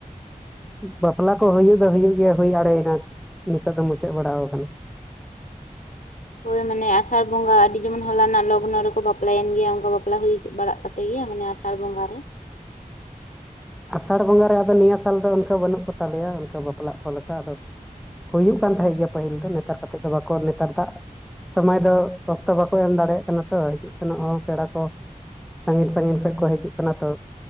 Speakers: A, in the centre; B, on the left.
A: ᱵᱟᱯᱞᱟ ᱠᱚ ᱦᱩᱭᱩᱜ ᱫᱚ ᱦᱩᱭᱩᱜ ᱜᱮᱭᱟ ᱦᱩᱭ ᱟᱲᱮᱭᱮᱱᱟ ᱱᱤᱛᱚᱜ ᱫᱚ ᱢᱩᱪᱟᱹᱫ ᱵᱟᱲᱟᱣ ᱟᱠᱟᱱᱟ
B: ᱦᱳᱭ ᱢᱟᱱᱮ ᱟᱥᱟᱲ ᱵᱚᱸᱜᱟ ᱟᱹᱰᱤ ᱡᱮᱢᱚᱱ ᱦᱚᱞᱟ ᱨᱮᱱᱟᱜ ᱞᱚᱜᱚᱱᱚ ᱨᱮᱠᱚ ᱵᱟᱯᱞᱟᱭᱮᱱ ᱜᱮᱭᱟ ᱚᱱᱠᱟ ᱵᱟᱯᱞᱟ ᱦᱩᱭ ᱵᱟᱲᱟᱜ ᱛᱟᱜ ᱜᱮᱭᱟ ᱢᱟᱱᱮ ᱟᱥᱟᱲ ᱵᱚᱸᱜᱟ ᱨᱮ
A: ᱟᱥᱟᱲ ᱵᱚᱸᱜᱟᱨᱮ ᱟᱫᱚ ᱱᱤᱭᱟᱹ ᱥᱟᱞ ᱫᱚ ᱚᱱᱠᱟ ᱵᱟᱹᱱᱩᱜ ᱠᱚᱛᱟᱞᱮᱭᱟ ᱚᱱᱠᱟ ᱵᱟᱯᱞᱟᱜ ᱠᱚ ᱞᱮᱠᱟ ᱟᱫᱚ ᱦᱩᱭᱩᱜ ᱠᱟᱱ ᱛᱟᱦᱮᱸᱫ ᱜᱮᱭᱟ ᱯᱟᱹᱦᱤᱞ ᱫᱚ ᱱᱮᱛᱟᱨ ᱠᱟᱛᱮᱜ ᱫᱚ ᱵᱟᱠᱚ ᱱᱮᱛᱟᱨ ᱫᱟᱜ ᱥᱚᱢᱚᱭ ᱫᱚ ᱚᱠᱛᱚ ᱵᱟᱠᱚ ᱮᱢ ᱫᱟᱲᱮᱭᱟᱜ ᱠᱟᱱᱟ ᱛᱚ ᱦᱤᱡᱩᱜ ᱥᱮᱱᱚᱜ ᱦᱚᱸ ᱯᱮᱲᱟ ᱠᱚ ᱥᱟᱺᱜᱤᱧ ᱥᱟᱺᱜᱤᱧ ᱠᱷᱚᱱ ᱠᱚ ᱦᱤᱡᱩᱜ ᱠᱟᱱᱟ ᱛᱚ